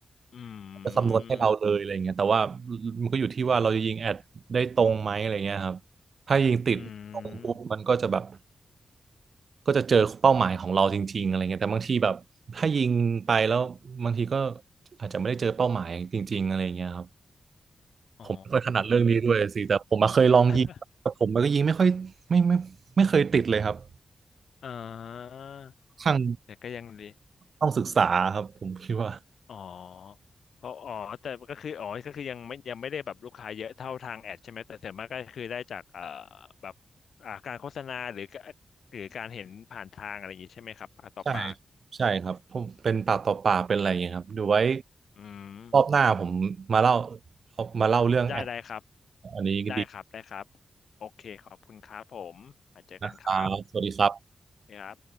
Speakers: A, on the left; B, on the right.
A: อื
B: จะคำนวณให้เราเลยอะไรเงี้ยแต่ว่า
A: ม
B: มันก็อยู่ที่ว่าเราจะยิงแอดได้ตรงไหมอะไรเงี้ยครับถ้ายิงติดตรงปุ๊บมันก็จะแบบ
A: อืม
B: ก็จะเจอเป้าหมายของเราจริงๆอะไรเงี้ยแต่บางทีแบบถ้ายิงไปแล้วบางทีก็อาจจะไม่ได้เจอเป้าหมายจริงๆอะไรเงี้ยครับ
A: อ๋อ
B: ผมไม่ค่อยถนัดเรื่องนี้ด้วยสิแต่ผมมาเคยลองยิงแต่ผมมันก็ยิงไม่ค่อยไม่ไม่ไม่ไม่เคยติดเลยครับ
A: <laughs> อ่า
B: ทาง
A: แต่ก็ยังดี
B: ต้องศึกษาครับผมคิดว่า
A: อ๋อเพราะอ๋อแต่ก็คืออ๋อก็คือยังไม่ยังไม่ได้แบบลูกค้าเยอะเท่าทางแอดใช่ไหมแต่ส่วนมากก็คือได้จากเอ่อแบบอ่าการโฆษณาหรือก็หรือการเห็นผ่านทางอะไรอย่างนี้ใช่ไหมครับปากต่อปาก
B: ใช่ใช่ครับผมเป็นปากต่อปากเป็นอะไรอย่างเงี้ยครับเดี๋ยวไว้
A: อืม
B: รอบหน้าผมมาเล่ามาเล่าเรื่องแอด
A: ได้ได้ครับ
B: อันนี้ดี
A: ได้ครับได้ครับโอเคขอบคุณครับผมอาจเจอกันครับ
B: นะครับสวัสดีครับ
A: นะครับ